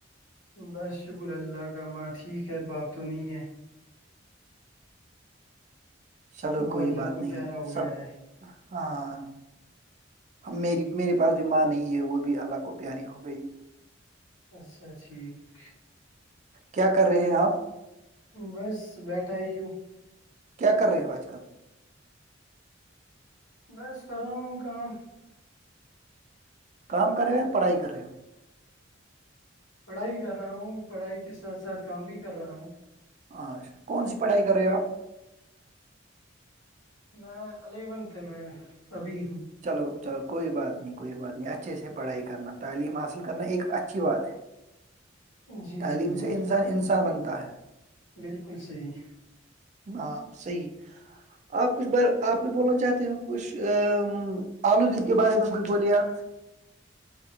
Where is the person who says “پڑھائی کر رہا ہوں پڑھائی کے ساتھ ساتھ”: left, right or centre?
Left